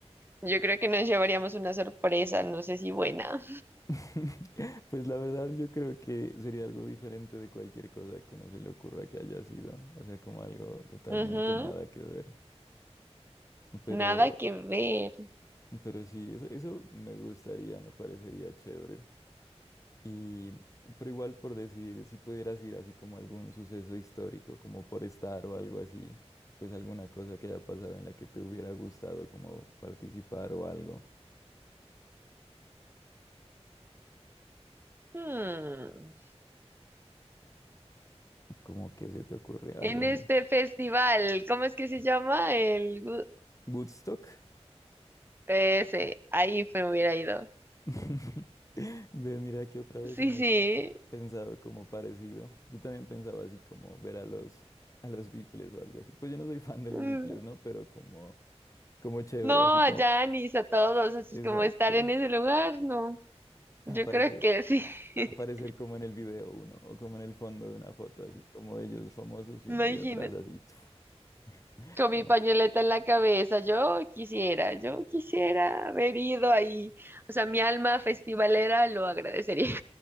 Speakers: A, on the right; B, on the left.
A: Yo creo que nos llevaríamos una sorpresa, no sé si buena.
B: <laughs> Pues la verdad yo creo que sería algo diferente de cualquier cosa que uno se le ocurra que haya sido, o sea, como algo totalmente
A: <laughs> Ujú.
B: nada que ver, pero,
A: Nada que ver.
B: pero sí, eso, eso me gustaría, me parecería chévere. Y, pero igual por decir, si pudieras ir así como a algún suceso histórico, como por estar o algo así, pues alguna cosa que haya pasado en la que te hubiera gustado como participar o algo,
A: Hmm.
B: como que se te ocurre algo
A: En
B: así.
A: este festival, ¿cómo es que se llama? El gu-
B: Woodstock.
A: ese, ahí me hubiera ido.
B: <laughs> Ve, mira que otra vez
A: Sí,
B: hemos
A: sí.
B: pensado como parecido. Yo también pensaba así como ver a los, a los Beatles o algo así. Pues yo no soy fan de los
A: Mm,
B: Beatles, ¿no? Pero como, como chévere,
A: No,
B: así
A: a
B: como,
A: Janis, a todos, así
B: exacto,
A: como estar en ese lugar, no. Yo
B: aparecer,
A: creo que sí. <laughs>
B: aparecer como en el video uno o como en el fondo de una foto, así como ellos famosos y
A: Imagínate.
B: uno allá atrás así, <laughs>
A: Con
B: toma,
A: mi pañoleta en la cabeza, yo quisiera, yo quisiera haber ido ahí. O sea, mi alma festivalera lo agradecería.